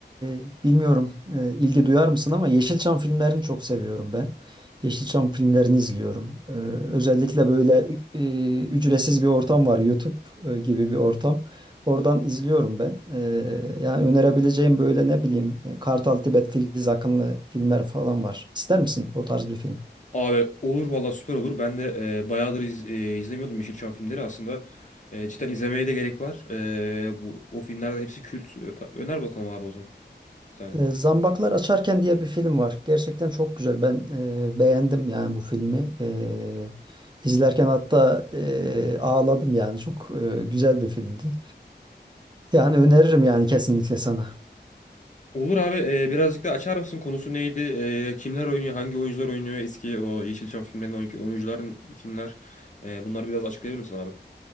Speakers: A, on the right; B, on the left.
A: e, bilmiyorum e, ilgi duyar mısın ama Yeşilçam filmlerini çok seviyorum ben. Yeşilçam filmlerini izliyorum. E, özellikle böyle e, ücretsiz bir ortam var YouTube e, gibi bir ortam. Oradan izliyorum ben. E, yani önerebileceğim böyle ne bileyim e, Kartal Tibet Filiz Akınlı filmler falan var. İster misin o tarz bir film?
B: Abi olur valla süper olur. Ben de e, bayağıdır iz, e, izlemiyordum Yeşilçam filmleri. Aslında e, cidden izlemeye de gerek var. E, bu, o filmlerde hepsi kült. E, ta- Öner bakalım abi o zaman. Bir tane.
A: E, Zambaklar Açarken diye bir film var. Gerçekten çok güzel. Ben e, beğendim yani bu filmi. E, izlerken hatta e, ağladım yani. Çok e, güzel bir filmdi. Yani öneririm yani kesinlikle sana.
B: Olur abi e, birazcık da açar mısın? Konusu neydi? E, kimler oynuyor? Hangi oyuncular oynuyor? Eski o Yeşilçam filmlerinin oyuncuların kimler? E, bunları biraz açıklayabilir misin abi?